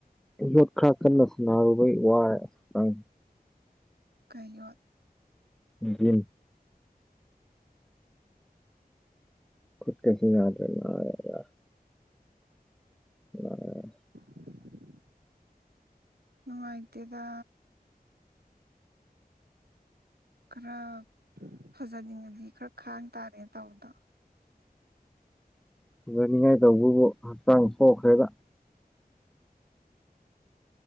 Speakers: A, in the centre; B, on the right.
A: ꯌꯣꯠ ꯈ꯭ꯔ ꯀꯟꯅ ꯁꯥꯟꯅꯔꯨꯕꯩ ꯋꯥꯔꯦ ꯆꯡ
B: ꯀꯩꯌꯣꯠ
A: ꯖꯤꯝ ꯈꯨꯨꯠ ꯀꯁꯦ ꯌꯥꯗ꯭ꯔꯦ ꯅꯔꯦꯔ ꯑꯣ
B: <inaudible> ꯅꯨꯡꯉꯥꯏꯇꯦꯗ꯫ ꯈꯔ ꯐꯖꯅꯤꯡꯉꯗꯤ ꯈꯔ ꯈꯥꯡ ꯇꯥꯔꯦ ꯇꯧꯕꯗꯣ꯫
A: ꯐꯖꯅꯤꯡꯉꯥꯏ ꯇꯧꯕꯕꯨ ꯍꯛꯆꯥꯡ ꯁꯣꯛꯈ꯭ꯔꯦꯗ꯫